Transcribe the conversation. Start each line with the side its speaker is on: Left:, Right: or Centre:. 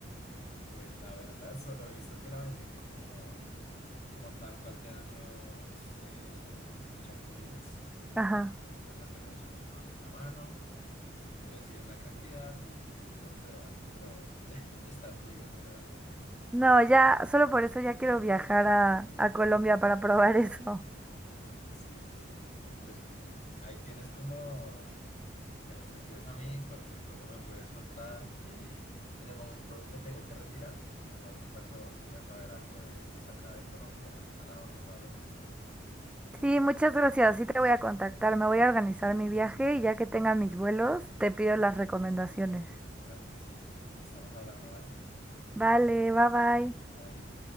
Left: Pues la verdad, solo he visto que la venden como, como tal cual te dan los eh, chapulines.
Centre: Ajá.
Left: O sea, te lo echan como en la mano y tú decides la cantidad y lo pruebas. Pero <laughs> está curioso, la verdad.
Centre: No, ya, solo por eso ya quiero viajar a, a Colombia para probar <laughs> eso.
Left: Sí, sí, sí. Pues ahí tienes como, bueno, me tienes a mí, cualquier cosa me puedes contar y en el momento me tengo que retirar. Sin embargo, cuando quieras saber algo de, pues acá de Colombia, a la orden, ¿vale?
Centre: Sí, muchas gracias. Sí te voy a contactar. Me voy a organizar mi viaje y ya que tenga mis vuelos, te pido las recomendaciones.
Left: Claro que sí. Estamos hablando, ¿vale?
Centre: Vale, bye bye.
Left: Bye.